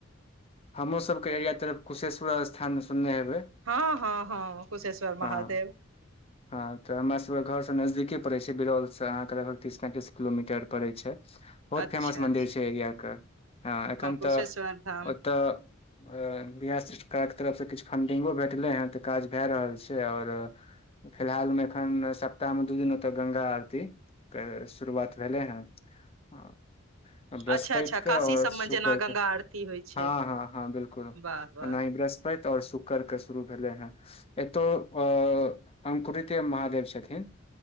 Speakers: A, on the left (about 30°); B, on the right (about 80°).
A: हमरो सब के एरिया तरफ कुशेश्वर स्थान सुनने हेबै
B: हँ हँ हँ कुशेश्वर
A: हँ
B: महादेव
A: हँ तऽ हमर सभके घरसँ नजदीके पड़ै छै बिरौलसँ अहाँके लगभग तीस पेंतीस किलोमीटर पड़ैत छै बहुत
B: अच्छा
A: फेमस मन्दिर
B: अच्छा
A: छै एरियाके हँ एखन
B: कुशेश्वर
A: तऽ
B: धाम
A: ओतय बिहार सरकारके तरफसँ किछु फंडिंगो भेटलै हैं तऽ काज भए रहल छै और फिलहालमे एखन सप्ताहमे दू दिन ओतऽ गंगा आरती के शुरुआत भेलै हं आ बृहस्पति
B: अच्छा अच्छा
A: क
B: काशी
A: और
B: सबमे
A: शुक्र
B: जेना गंगा
A: क
B: आरती होइ छै
A: हँ हँ हँ बिलकुल
B: वाह वाह
A: ओनाही बृष पति और शुक्र के शुरू भेलै हें एतौ अ अंकुुरिते महादेव छथिन